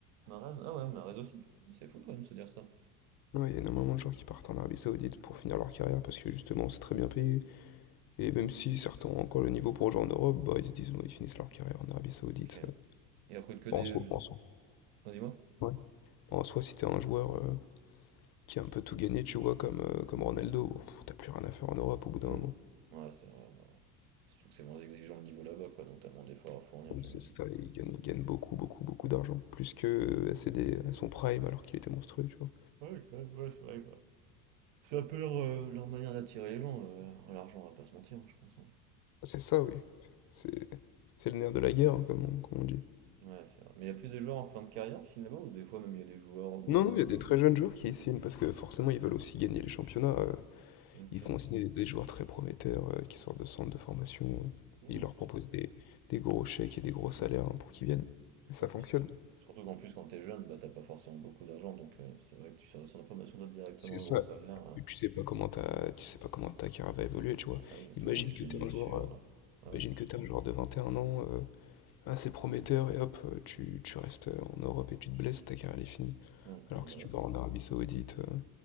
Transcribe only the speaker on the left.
Ouais, il y a énormément de gens qui partent en Arabie Saoudite pour finir leur carrière parce que justement, c'est très bien payé. Et même si certains ont encore le niveau pour jouer en Europe, bah, ils se disent, bon, ils finissent leur carrière en Arabie Saoudite.
ça.
Bon,
en soi, en soi,
ouais. Bon, En soi, si t'es un joueur, euh, Qui a un peu tout gagné, tu vois, comme, euh, comme Ronaldo. Oh, pff, T'as plus rien à faire en Europe au bout d'un
moment.
Ouais,
c'est ça, il gagne, il gagne beaucoup, beaucoup, beaucoup d'argent. Plus que euh, à, ses dé- à son prime alors qu'il était monstrueux, tu vois.
Ah, C'est ça, oui. C'est c'est le nerf de la guerre, hein, comme on, comme on dit.
Non, non,
il y a des très jeunes joueurs qui signent parce que forcément ils veulent aussi gagner les championnats. euh,
ils font signer des, des joueurs très prometteurs euh, qui sortent de centres de formation. euh,
et ils leur proposent
des, des gros chèques et des gros salaires hein, pour qu'ils viennent. Et
ça fonctionne.
C'est
ça.
Et tu sais pas comment ta, tu sais pas comment ta carrière va évoluer, tu vois.
Imagine
que
t'es
un joueur, euh,
imagine que t'es un joueur de 21 ans, euh, assez prometteur, et hop, euh, tu, tu restes euh, en Europe et tu te blesses, ta carrière elle est finie.
Alors
que
si tu vas en Arabie Saoudite, euh,